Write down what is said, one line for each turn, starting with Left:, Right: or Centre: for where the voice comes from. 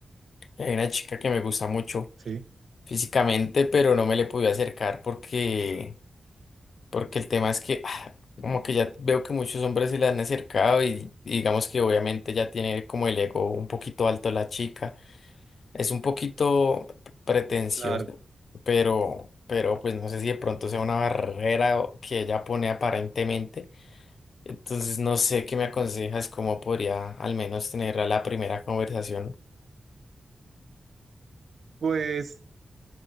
Left: y hay una chica que me gusta mucho
Right: Sí,
Left: físicamente, pero no me le pude acercar porque Porque el tema es que ah, como que ya veo que muchos hombres se le han acercado y, y digamos que obviamente ya tiene como el ego un poquito alto la chica. Es un poquito pretenciosa,
Right: claro.
Left: pero, pero pues no sé si de pronto sea una barrera o- que ella pone aparentemente. Entonces no sé qué me aconsejas,
Right: Mm,
Left: cómo podría al menos tener a la primera conversación.
Right: Pues